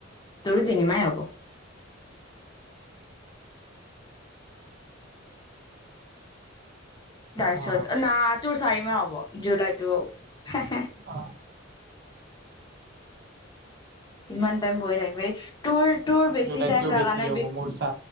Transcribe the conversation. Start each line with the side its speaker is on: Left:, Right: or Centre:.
Left: তোৰো তিনিমাই হব তাৰপিছত
Right: অ
Left: না তোৰ চাৰি মাহ হ'ব, জুলাইতটো হে-হে
Right: অ
Left: ইমান টাইম বহি থাকিব তোৰ-তোৰ বেছি
Right: জুলাইতকেও
Left: টাইম লগা
Right: বেছি
Left: নাই
Right: হ'ব
Left: বি
Right: মোৰ চা